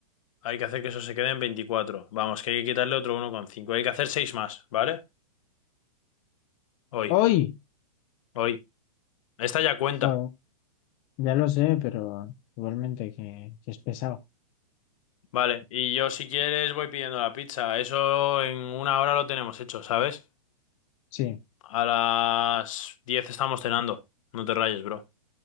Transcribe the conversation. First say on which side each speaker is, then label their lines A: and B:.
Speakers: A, on the left (about 55°); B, on the left (about 30°).
A: hay que hacer que eso se quede en veinticuatro Vamos, que hay que quitarle otro uno coma cinco Hay que hacer 6 más, ¿vale? Hoy,
B: ¡Hoy!
A: hoy. Esta ya cuenta.
B: Joder. Ya lo sé, pero igualmente que, que es pesado.
A: Vale, y yo si quieres voy pidiendo la pizza. Eso en una hora lo tenemos hecho, ¿sabes?
B: Sí.
A: A las 10 estamos cenando. No te rayes, bro.